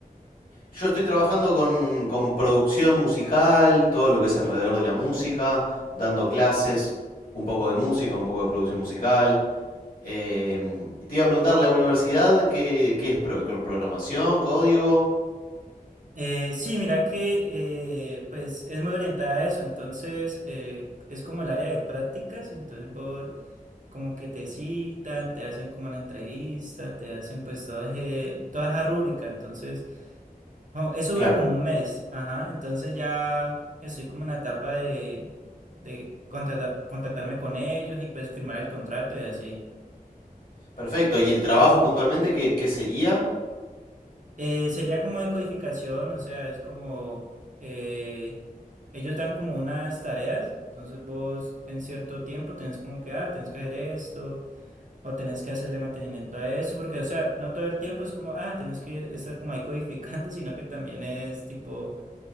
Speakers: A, on the left (about 70°); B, on the right (about 55°).
A: Yo estoy trabajando con, con producción musical, todo lo que es alrededor de la música, dando clases, un poco de música, un poco de producción musical. Em, te iba a preguntar, ¿la universidad qué, qué es? Pro- ¿Programación? ¿Código?
B: Eh, sí, mira que eh, pues es muy orientada a eso, entonces eh, es como el área de prácticas, entonces vos como que te citan, te hacen como la entrevista, te hacen pues toda, eje- toda esa rúbrica, entonces como- eso dura
A: Claro.
B: como un mes, ajá, entonces ya estoy como en la etapa de, de contratar- contratarme con ellos y pues firmar el contrato y así.
A: Perfecto. ¿Y el trabajo puntualmente qué, qué sería?
B: Eh, sería como decodificación, o sea, es como eh, ellos dan como unas tareas, entonces vos en cierto tiempo tenés como que, ah, tenés que hacer esto, o tenés que hacerle mantenimiento a eso, porque, o sea, no todo el tiempo es como, ah, tenés que estar como ahí codificando, <laughs> sino que también es tipo,